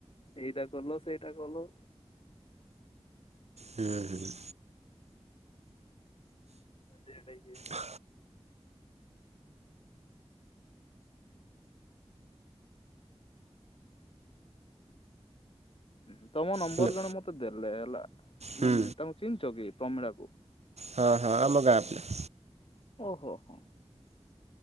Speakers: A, on the left; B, on the right.
A: ଏଇଟା କଲ ସେଇଟା କଲ।
B: ହୁଁ ହୁଁ।
A: ଯେଡାଇ
B: ହ
A: ଉଁ ହୁ ତମ ନମ୍ବର
B: ହ୍ୟାଲୋ
A: ଜଣେ ମତେ ଦେଲେ ହେଲା
B: ହୁଁ
A: ମାନେ ତାଙ୍କୁ ଚିନଚ କି ପ୍ରମିଳା କୁ?
B: ହଁ ହଁ ଆମ ଗାଁ ପିଲା।
A: ଓହୋ ହୋ,